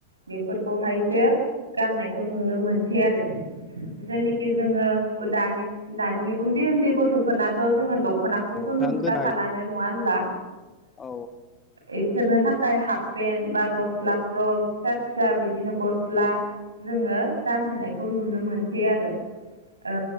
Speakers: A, on the right (about 75°); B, on the left (about 20°).
A: बेफोरखौहायसो गाननायखौ नुनो मोनसै आरोखि। जेनोखि जोङो ओ दानि दानि उन्दै उन्दै गथ'फोरनाथ' जोङो दख'ना बथ'
B: औ
A: नुस्रा
B: थां गोदाय
A: खानो नङा होनब्ला?
B: औ
A: इसोरनो थाखाय हाफ पेन्ट बा गस्ला फ्रक फिसा फिसा बिदिनो गस्ला जोङो गानहोनायखौ नुनो मोनसै आरो। ओ